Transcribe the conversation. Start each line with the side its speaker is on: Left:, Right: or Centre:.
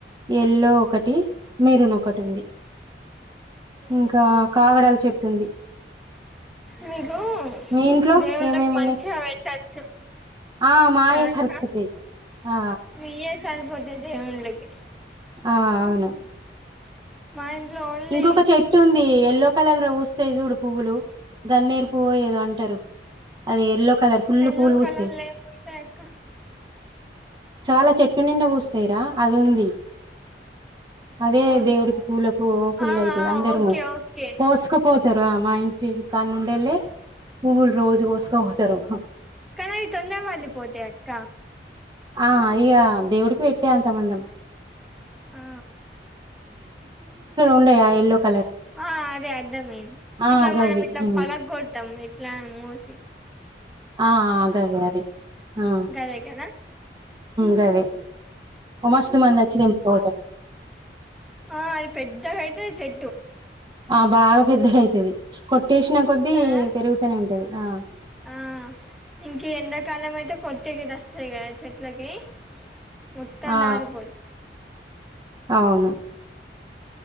Right: ఎల్లో ఒకటి మెరున్ ఒకటి ఉంది ఇంకా కాగడల చెట్టు ఉంది
Centre: మీకు
Right: మీ ఇంట్లో
Centre: దేవుళ్ళకి
Right: ఏమేమి ఉన్నాయి
Centre: మంచిగా పెట్టచ్చు
Right: ఆ మాయే
Centre: తకా
Right: సరిపోతాయి ఆ
Centre: మీ సార్పోద మనలగే
Right: ఆ అవును
Centre: మా ఇంట్లో ఓన్లీ
Right: ఇంకొక చెట్టు ఉంది ఎల్లో పక్కలలు వూస్తేయి చూడు పువ్వులు గన్నేరు పువ్వు ఏదో అంటారు అది ఎల్లో కలర్ ఫుల్
Centre: ఎల్లో
Right: పూలు పూస్తాయి
Centre: కలర్ లేం వస్తాయి అక్క
Right: చాలా చెట్టు నిండా పూస్తా సేరా అది ఉంది అదే
Centre: ఆ
Right: దేవుడికి పూలే పుల్
Centre: ఆ
Right: అయితా అందరుము
Centre: ఓకే ఓకే
Right: కోసుకపోతారు అమ్ మా ఇ జీవికనుండలే ఫూల్ రోజ గోస్గా తరుహ
Centre: కనీవి తొందర వాళ్ళి పోతే అక్క
Right: ఆ ఇక దేవుడికి పెట్టే అంతమందం
Centre: ఆ
Right: ఉండయా ఎల్లో కలర్
Centre: ఆ అదే అర్ధమే
Right: ఆ
Centre: ఇట్లా
Right: గవ్వి
Centre: మనం ఇట్లా
Right: ఉమ్
Centre: పలగ కొడతాం ఇలాను మోసి
Right: ఆ గవ అదే ఆ
Centre: గదే కదా
Right: గవే మస్తు మంది వచ్చి తెంపుపోతారు ఆ
Centre: ఆ అది పెద్దగా అయితే చెట్టు
Right: ఆ బాగా పెద్దగా అయితేది కొ స్టేషన్ కొద్దీ
Centre: కదా
Right: పెరుగుతూనే ఉంటాంది ఉంట ఆ
Centre: ఆ ఇంక ఎండాకాలం అయితే కొత్తకిటి వస్తాయి కదా చెట్లకి ముత్తాంత
Right: ఆ
Centre: ఆదిపో
Right: అవును.